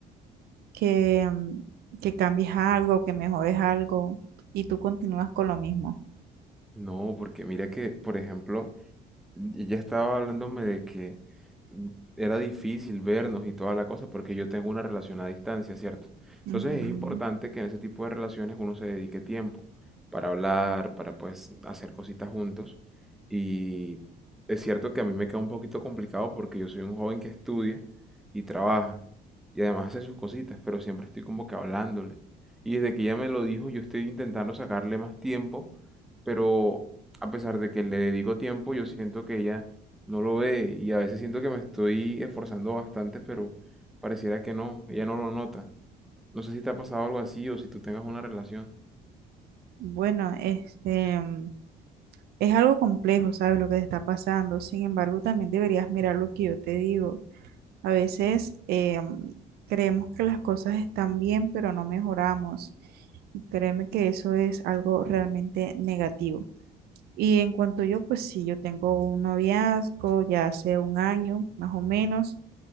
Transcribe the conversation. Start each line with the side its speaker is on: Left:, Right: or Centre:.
Right: que, mm, que cambies algo, que mejores algo, y tú continúas con lo mismo.
Centre: No, porque mira que, por ejemplo, Y ya estaba hablándome de que mm, era difícil vernos y toda la cosa porque yo tengo una relación a distancia, ¿cierto? Entonces
Right: Ujú.
Centre: es importante que en ese tipo de relaciones uno se dedique tiempo para hablar, para pues hacer cositas juntos. Y es cierto que a mí me queda un poquito complicado porque yo soy un joven que estudia y trabaja y además hace sus cositas, pero siempre estoy como que hablándole. Y desde que ella me lo dijo, yo estoy intentando sacarle más tiempo, pero a pesar de que le dedico tiempo, yo siento que ella no lo ve y a veces siento que me estoy esforzando bastante, pero pareciera que no, ella no lo nota. No sé si te ha pasado algo así o si tú tengas una relación.
Right: Bueno, este mm, es algo complejo, ¿sabes? Lo que te está pasando. Sin embargo, también deberías mirar lo que yo te digo. A veces eh, creemos que las cosas están bien, pero no mejoramos. Y créeme que eso es algo realmente negativo. Y en cuanto yo, pues sí, yo tengo un noviazgo ya hace un año, más o menos,